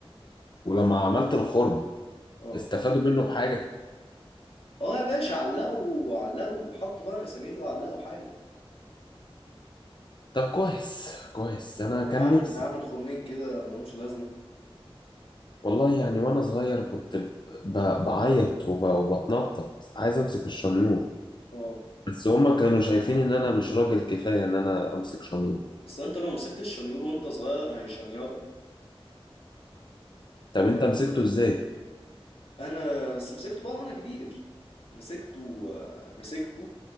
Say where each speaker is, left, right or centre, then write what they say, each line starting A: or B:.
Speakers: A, on the left; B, on the left.
A: ولما عملت الخرم
B: اه
A: استفادوا منه بحاجة
B: اه يا باشا علقوا علقوا وحطوا بقى مسامير وعلقوا حاجه
A: طب كويس كويس انا
B: وانا
A: كان
B: هعمل
A: نفسي
B: هعمل خرمين كده ملهمش لازمه
A: والله يعني وانا صغير كنت ب- ب- بعيط وب- وبتنطط عايز امسك الشنيور
B: اه
A: بس هما كانوا شايفين ان انا مش راجل كفاية ان انا امسك شنيور
B: اصل انت لو مسكت الشنيور وانت صغير هيشنيرك
A: طب انت مسكته ازاي
B: انا بس مسكته بقى وانا كبير مسكته آه، مسكته